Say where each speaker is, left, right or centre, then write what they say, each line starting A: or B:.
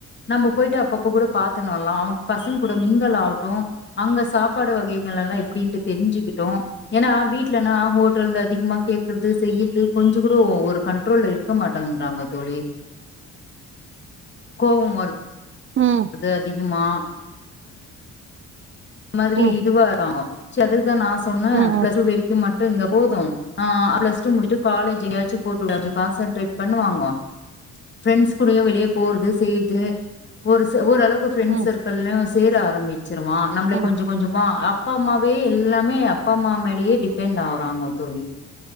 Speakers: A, on the left; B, on the right.
A: நம்ப போயிட்டு அப்பப்ப கூட பாத்துணு வர்லா அவங்க பசங்க கூட மீங்கள் ஆவட்டும் அங்க சாப்பாடு வகைகள் எல்லா எப்டின்ட்டு தெரிஞ்சிகிட்டோ ஏனா வீட்லன்னா ஹோட்டல் அதிகமா கேக்குறது செய்யற்து கொஞ்ச கூட ஒரு கண்ட்ரோல்ல இருக்க மாட்டன்றாங்க தோழி கோவம் வரு
B: ம்
A: து அதிகமா அந்த மாதிரி
B: ம்
A: இதுவாறாங்கோ ச்ச அதுதா நா சொன்னே
B: ம் ம்
A: பிளஸ்ட்டூ வரிக்கும் மட்டும் இங்க போதும் ஆ பிளஸ்டூ முடிட்சி காலஜ் எங்காச்சு போட்டுடு கான்சன்ட்ரேட் பண்ணுவங்கோ ப்ரெண்ட்ஸ் கூடயும் வெளிய போறது செய்ற்து ஒரு ச ஓரளவு ஃப்ரெண்ட்ஸ்
B: ம்
A: சர்க்கள்ள சேர ஆரம்பிச்சிருவா
B: ம்
A: நம்பள கொஞ்சம் கொஞ்சமா அப்பா அம்மாவே எல்லாமே அப்பா அம்மா மேலயே டிபெண்ட் ஆவுறாங்க தோழி